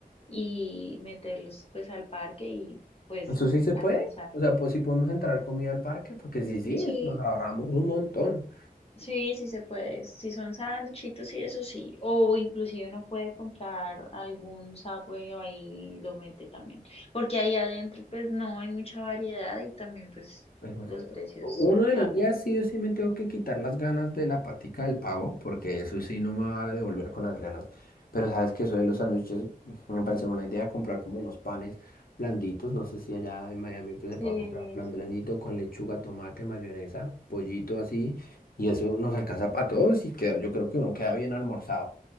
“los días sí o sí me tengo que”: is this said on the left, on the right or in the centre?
Left